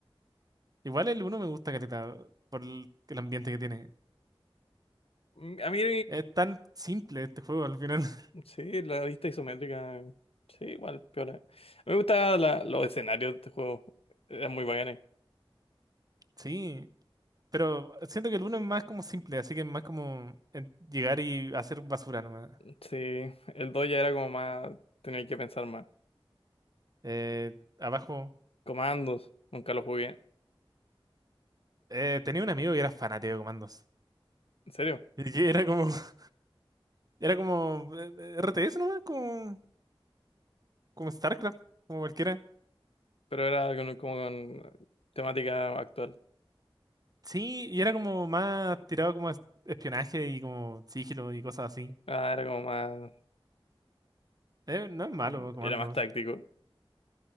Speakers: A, on the right; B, on the left.
A: Igual el uno me gusta, careta, por el, el ambiente que tiene.
B: Mm, A mí,
A: Es tan simple este juego al final. <laughs>
B: sí, la vista isométrica, sí, igual, piola. A mí me gustaban la- los escenarios de este juego, eran muy bacanes.
A: Sí, pero siento que el uno es más como simple, así que es más como en- llegar y hacer basura nomás.
B: Sí, el 2 ya era como más, tenía que pensar más.
A: Eh, abajo,
B: Comandos, nunca lo jugué,
A: eh, tenía un amigo que era fanático de comandos.
B: en serio,
A: Y que era como, <laughs> era como eh, RTS nomás, como... como StarCraft, como cualquiera.
B: pero era con- como con temática actual.
A: Sí, y era como más tirado como a es- espionaje y como sigilo y cosas así.
B: Ah, era como más.
A: Eh, no es malo
B: mm,
A: Comandos,
B: Era más táctico.